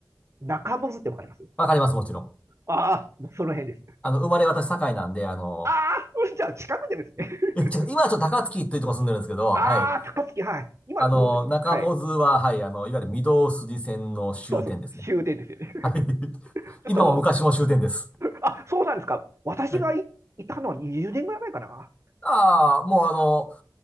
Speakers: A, on the right; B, on the left.
A: 中モスってわかります
B: わかります、もちろん。
A: ああ、その辺です。
B: あの、生まれ私、堺なんで、あの、
A: ああ、じゃあ近くでですね。<laughs>
B: <laughs> いやちょ今はちょっと高槻っていうところ住んでるんですけど、はい。
A: ああ、高槻、はい。今、
B: あの、
A: もうはい。
B: 中百舌は、はい、あの、いわゆる御堂筋線の終点ですね。
A: そうそう、終点ですよね。<laughs>
B: はい。<laughs>
A: ちょっと、
B: 今も昔も終点です。
A: あ、そうなんですか。私がい、
B: はい。
A: いたのは20年ぐらい前かな。
B: ああ、もうあの、